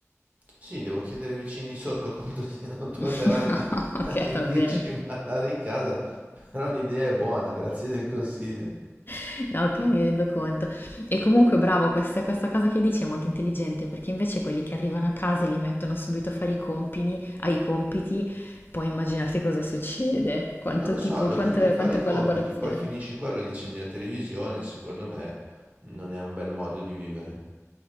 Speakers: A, on the right; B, on the left.
A: Sì, devo chiedere ai vicini di sotto quanto siano tolleranti
B: <laughs> Ok,
A: a sentirci
B: va bene.
A: ballare in casa, però l'idea è buona, grazie del consiglio.
B: <laughs> No, ok, mi rendo conto. E comunque, bravo, questa, questa cosa che dici è molto intelligente perché invece quelli che arrivano a casa e li mettono subito a fare i compiti, ai compiti, puoi immaginarti cosa succede, quanto
A: E non lo so,
B: tipo,
A: lo
B: quanta
A: chiudi a fare
B: quanta
A: i compiti,
B: collaborazione.
A: poi finisce quello, e gli accendi la televisione, secondo me non è un bel modo di vivere.